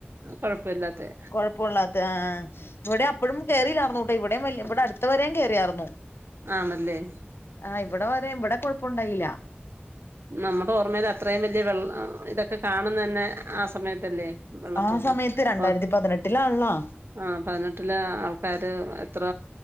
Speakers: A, on the right; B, on the left.
A: കൊഴപ്പ ഇല്ലാത്തെ
B: കൊഴപ്പാെള്ളാത്തേ അഹ് ആഹ് ഇവ്ടെ അപ്പഴും കേറീല്ലാർന്നൂട്ടോ ഇവിടെയും വല്ല്യ ഇവ്ടട് ത്ത് വരേം കേറിയാർന്നു
A: ആണല്ലേ
B: ആഹ് ഇവ്ടെ വരേം വ്ടെ കൊഴ്പ്പാെണ്ടായ്ല്ലാ
A: നമ്മടെ ഓർമ്മേല് അത്രേം വെല്ല്യ വെള്ള ഇതൊക്കെ കാണുന്നെന്നേ ആ സമയത്തല്ലേ വെള്ളപ്പൊക്കം
B: ആ സമയത്ത് രണ്ടായിരത്തി
A: ഒഹ്
B: പതിനെട്ടിലാണല്ലോ
A: ആഹ് പത്‌നെട്ട്ല് ആൾക്കാര് ഇത്ര